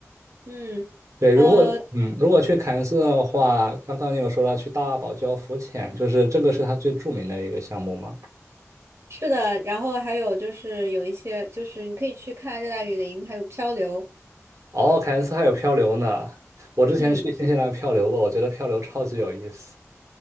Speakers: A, on the right (about 60°); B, on the right (about 80°).
A: 嗯，
B: 对，如果嗯，
A: 呃，
B: 如果去凯恩斯的话，刚刚你有说到去大堡礁浮潜，就是这个是它最著名的一个项目吗？
A: 是的，然后还有就是有一些，就是你可以去看热带雨林，还有漂流。
B: 哦，凯恩斯还有漂流呢。我之前去新西兰漂流过，
A: 嗯。
B: 我觉得漂流超级有意思。